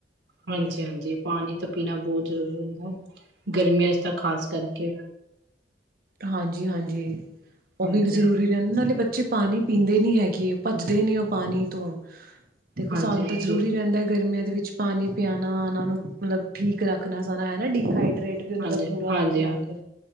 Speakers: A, on the right; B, on the right.
A: ਹਾਂਜੀ ਹਾਂਜੀ ਪਾਣੀ ਤਾਂ ਪੀਣਾ ਬਹੁਤ ਜਰੂਰੀ ਹੁੰਦਾ ਗਰਮੀਆਂ ਤਾਂ ਖ਼ਾਸ ਕਰਕੇ
B: ਹਾਂਜੀ ਹਾਂਜੀ
A: ਹਾਂਜੀ
B: ਉਹ ਵੀ ਜ਼ਰੂਰੀ ਨੇ ਨਾਲੇ ਬੱਚੇ ਪਾਣੀ ਪੀਂਦੇ ਨੀ ਹੈਗੇ ਭੱਜਦੇ ਨੇ ਉਹ ਪਾਣੀ ਤੋਂ ਦੇਖੋ
A: ਹਾਂਜੀ
B: ਸਾਨ
A: ਹਾਂਜੀ
B: ਤਾਂ ਜ਼ਰੂਰੀ ਰਹਿੰਦਾ ਹੈ ਗਰਮੀਆਂ ਦੇ ਵਿੱਚ ਪਾਣੀ ਪਿਆਉਣਾ ਉਹਨਾਂ ਨੂੰ ਮਤਲਬ ਠੀਕ ਰੱਖਣਾ ਸਾਰਾ ਹੈਾ ਡੀਹਾਈਡ ਰੇਟ
A: ਹਾਂਜੀ
B: ਵੀ ਉਹਨਾ ਦਾ ਪੂਰਾ
A: ਹਾਂਜੀ
B: ਰੱਖਣਾ
A: ਹਾਂਜੀ ਹਾਂਜੀ